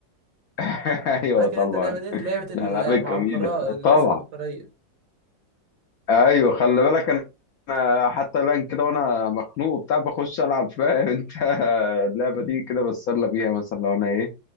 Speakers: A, on the left (about 75°); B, on the right (about 75°).
A: <laughs> ايوه
B: فاكر
A: طبعا
B: انت اللعبه ديت لعبه العبقريه
A: الالعاب الجميله
B: الناس
A: طبعا
B: العبقريه
A: ايوه خلي بالك انا أنا حتى الان كده وانا مخنوق بتاع بخش العب فاهم انت <laughs> اللعبه
B: مم.
A: دي كده بتسلى بيها مثلا لو انا ايه